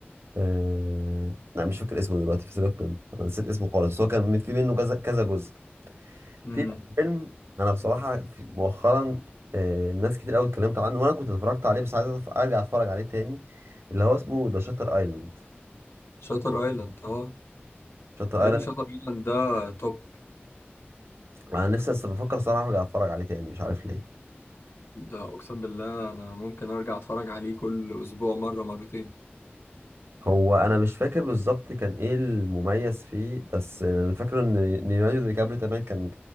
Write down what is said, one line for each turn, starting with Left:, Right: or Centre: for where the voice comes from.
Right: آه... لا مش فاكر اسمه دلوقتي في سيبك منه انا نسيت اسمه خالص هو كان في منه كذا كذا جزء
Left: امم
Right: في فيلم انا بصراحه في مؤخرا آه، ناس كتير قوي اتكلمت عنه وانا كنت اتفرجت عليه بس عايز أتف- ارجع اتفرج عليه تاني اللي هو اسمه ذا شاتر ايلاند
Left: شاتر أيلاند أه
Right: شاتر
Left: يا
Right: ايلاند
Left: ابني شاتر أيلاند ده توب
Right: انا نفسي بس بفكر صراحه ارجع اتفرج عليه تاني مش عارف ليه
Left: ده أقسم بالله أنا ممكن أرجع أتفرج عليه كل أسبوع مرة مرتين
Right: هو انا مش فاكر بالظبط كان ايه المميز فيه بس انا فاكره ان ليوناردو دي كابريو تمام كان